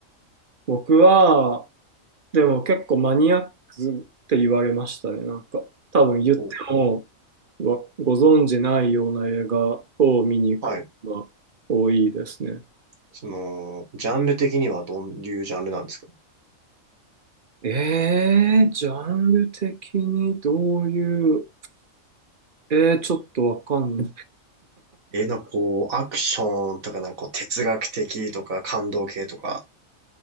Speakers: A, on the right; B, on the right.
A: 僕は、でも結構マニアックって言われましたね。なんか、多分言っても、
B: お、
A: わご存じないような映画を見に行くのが多いですね。
B: はい。その、ジャンル的にはどういうジャンルなんですか
A: えー、ジャンル的にどういう、えー、ちょっとわかんない。
B: え、なんかこう、アクションとか、なんかこう、哲学的とか、感動系とか。